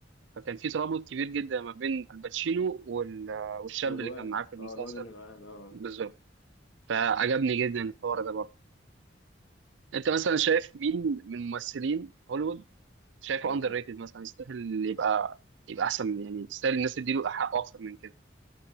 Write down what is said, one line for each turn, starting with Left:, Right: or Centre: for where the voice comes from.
Right: فكان في ترابط كبير جدا ما بين الباتشينو وال- والشاب
Left: والواد
Right: اللي كان معاه في المسلسل
Left: اه الواد اللي معانا اه
Right: بالظبط فعجبني جدا الحوار ده برضه انت مثلا شايف مين من ممثلين هوليوود شايفه
Left: اه
Right: اندر ريتد مثلا يستاهل يبقى يبقى احسن يعني يستاهل الناس تديله حقه اكتر من كده